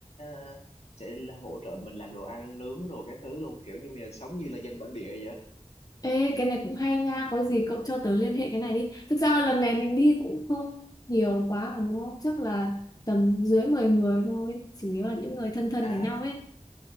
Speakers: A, on the left (about 60°); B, on the left (about 30°).
A: ờ, sẽ là hỗ trợ mình làm đồ ăn nướng đồ các thứ luôn kiểu như là sống như là dân bản địa vậy á
B: Ê, cái này cũng hay nha, có gì cậu cho tớ liên hệ cái này đi. Thực ra lần này mình đi cũng không nhiều quá mà đúng không? Chắc là tầm dưới 10 người thôi, chủ yếu là những người thân thân
A: à
B: với nhau ấy.